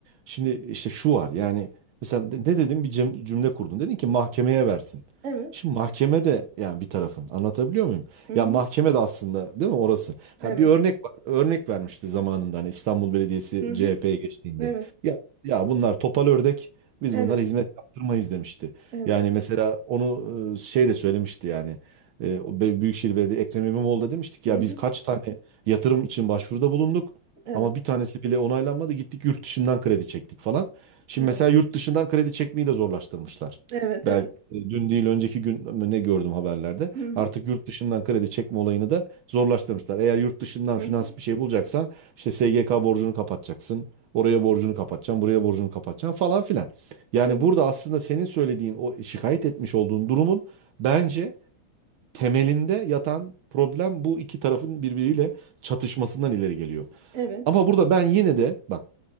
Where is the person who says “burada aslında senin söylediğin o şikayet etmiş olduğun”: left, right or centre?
Right